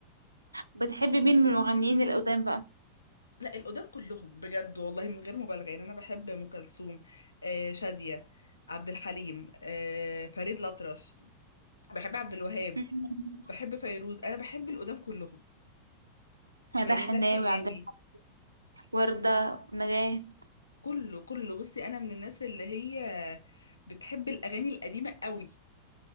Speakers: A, on the right; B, on the left.
A: بتحبي مين من المغنيين القدام بقى
B: <laughs> لا القدام كلهم بجد والله من غير مبالغه يعني انا بحب ام كلثوم آه شاديه عبد الحليم آه فريد الأطرش بحب عبد الوهاب
A: <laughs>
B: بحب فيروز انا بحب القدام كلهم
A: مدى
B: ميادة
A: الحناوي
B: الحناوي
A: عبد الحليم وردة نجاة <laughs>
B: كله كله بصي انا من الناس اللي هي بتحب الاغاني القديمه قوي